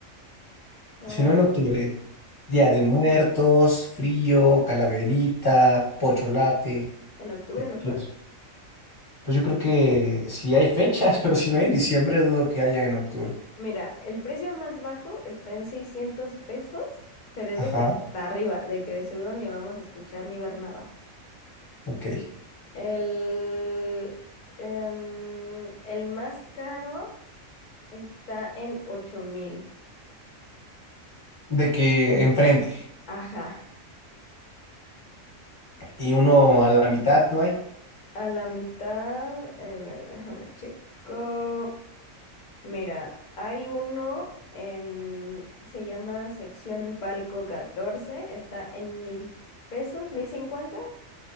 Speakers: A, on the left; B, on the left.
A: Ah,
B: Si no en octubre, Día
A: mm,
B: de Muertos, frío, calaverita, pocholate.
A: en octubre mejor.
B: Dios. Pues yo creo que si hay fechas, <laughs> pero si no hay en diciembre, dudo que haya en octubre.
A: Mira, el precio más bajo está en 600 pesos, pero es
B: Ajá,
A: de que hasta arriba, de que de seguro ni vamos a escuchar ni ver nada.
B: ok.
A: El, em, el más caro está en ocho mil.
B: De que enfrente.
A: Ajá.
B: Y uno a la mitad no hay.
A: A la mitad, a ver, déjame checo. Mira, hay uno en, se llama sección Palco 14. está en mil pesos, 1050.